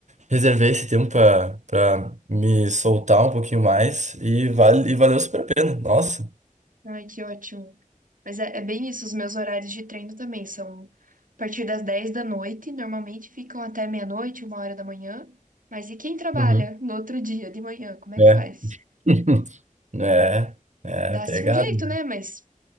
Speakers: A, on the right; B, on the right.
A: reservei esse tempo pra, pra me soltar um pouquinho mais e, vale, e valeu super a pena, nossa.
B: Ai, que ótimo. Mas é, é bem isso, os meus horários de treino também são a partir das 10 da noite, normalmente ficam até meia-noite, uma hora da manhã. Mas e quem trabalha
A: Uhum.
B: no outro dia de manhã, como é
A: É.
B: que faz?
A: <laughs> É, é,
B: Dá-se
A: pegado.
B: um jeito, né? Mas